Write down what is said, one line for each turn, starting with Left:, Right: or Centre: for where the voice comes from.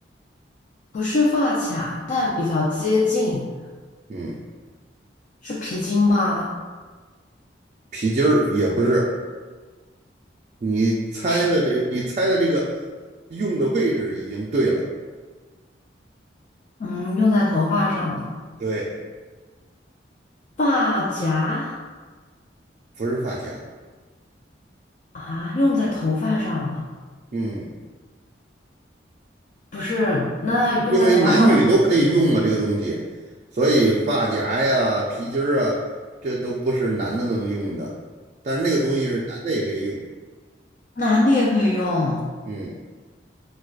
Left: 不是发卡，但比较接近。
Right: 嗯，
Left: 是皮筋吗？
Right: 皮筋儿也不是，你猜的这，
Left: 皮，
Right: 你猜的这个用的位置已经对了，
Left: 嗯，用在头发上的
Right: 对，
Left: 发夹
Right: 不是发卡，
Left: 啊，用在头发上的，
Right: 嗯，
Left: 不是，那用在头发上的。
Right: 因为男女都可以用嘛，这个东西，所以发夹呀、皮筋儿啊，这都不是男的能用的。但是那个东西是男的也可以用，
Left: 男的也可以用，
Right: 嗯，